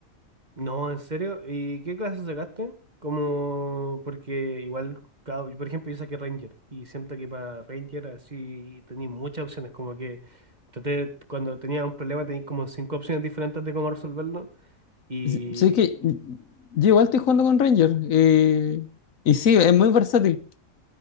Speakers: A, on the right; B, on the left.
A: No, ¿en serio? ¿Y qué clase sacaste? Como, porque igual, cada- por ejemplo, yo saqué Ranger y siento que para Ranger así tenéis muchas opciones, como que traté, cuando tenía un problema tenéis como cinco opciones diferentes de cómo resolverlo. Y
B: S- Sabes que yo igual estoy jugando con Ranger eh, y sí, es muy versátil.